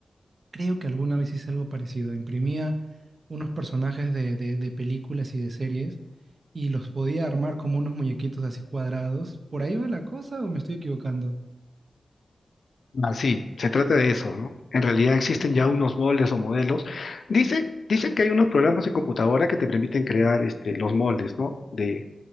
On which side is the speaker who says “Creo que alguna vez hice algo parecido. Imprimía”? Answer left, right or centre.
Right